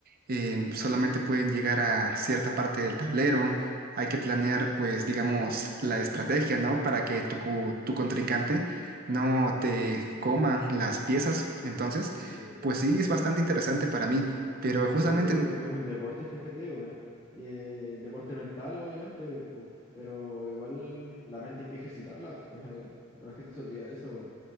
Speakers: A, on the right; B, on the left.
A: eh, solamente pueden llegar a cierta parte del tablero, hay que planear, pues, digamos, la estrategia, ¿no? Para que tu, cu- tu contrincante no te coma las piezas. Entonces,
B: sí.
A: pues sí, es bastante interesante para mí, pero justamente
B: Yo sí encuentro que es un deporte, fíjate, weón. Eh, deporte mental, obviamente, po- pero igual la mente hay que ejercitarla. <laughs> La gente se olvida de eso, weón.